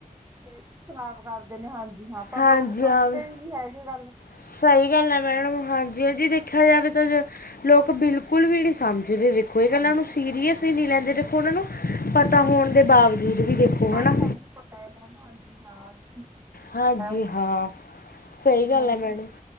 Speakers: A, on the right (about 20°); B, on the left (about 85°).
A: ਸਿਹਤ ਖਰਾਬ ਕਰਦੇ ਨੇ ਹਾਂਜੀ ਹਾਂ। ਪਰ
B: ਹਾਂਜੀ
A: ਲੋਕ ਸਮਝਦੇ
B: ਆ ਗਏ।
A: ਹੀ ਨਹੀਂ ਹੈਗੇ ਗੱਲ
B: ਸਹੀ ਗੱਲ ਹੈ, ਮੈਡਮ ਹਾਂਜੀ ਜੀ ਦੇਖਿਆ ਜਾਵੇ ਤਾਂ ਲੋਕ ਬਿਲਕੁਲ ਵੀ ਨੀ ਸਮਝਦੇ ਜੇ। ਕੋਈ
A: ਹਾਂਜੀ
B: ਗੱਲ ਏ, ਨੂੰ ਸੀਰੀਅਸ ਹੀ ਨਹੀਂ ਲੈਂਦੇ, ਦੇਖੋ ਉਹਨਾਂ ਨੂੰ ਪਤਾ ਹੋਣ ਦੇ ਬਾਵਜੂਦ ਵੀ ਦੇਖੋ।
A: ਨਾਲ
B: ਹੈ ਨਾ
A: ਸਭ ਨੂੰ ਪਤਾ ਹੈ ਮੈ ਹਾਂਜੀ ਹਾਂ। <inaudible>
B: ਹਾਂਜੀ,
A: ਹੁੰਦਾ
B: ਹਾਂ
A: ਜੀ
B: ਸਹੀ ਗੱਲ
A: ਫਿਰ
B: ਹੈ
A: ਵੀ
B: ਮੈਡਮ,